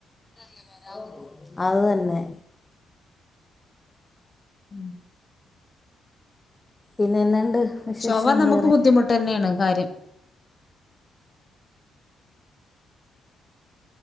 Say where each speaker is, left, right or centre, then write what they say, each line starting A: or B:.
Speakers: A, on the left (about 20°); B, on the left (about 35°).
A: <inaudible> അത് തന്നെ
B: ഉം
A: പിന്നെ എന്നാണ്ട് വിശേഷം
B: ചൊവ നമുക്ക്
A: വേറെ
B: ബുദ്ധിമുട്ട് തന്നെയാണ് കാര്യം